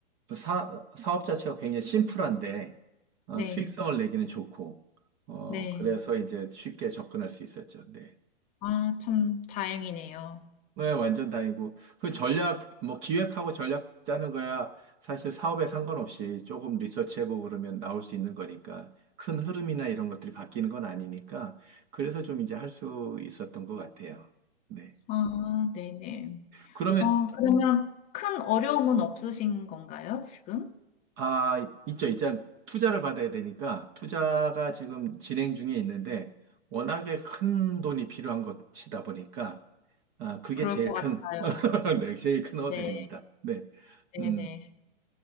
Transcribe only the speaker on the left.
네,
네.
아, 참 다행이네요.
아, 네네.
어, 그러면 큰 어려움은 없으신 건가요, 지금?
그럴
것
같아요.
네,
네네.